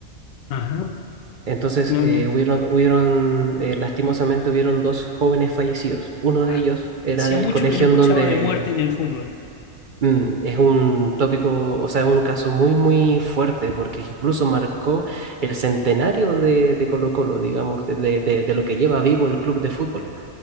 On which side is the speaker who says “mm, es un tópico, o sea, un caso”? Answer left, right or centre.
Right